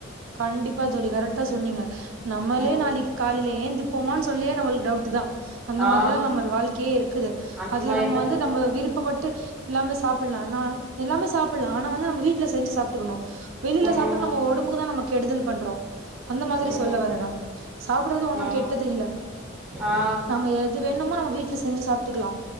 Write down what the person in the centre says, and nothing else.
ம்
ஆ
அந்த
மாரிதாங்க
தோழி
ம்
ம்
ஆ
ஆ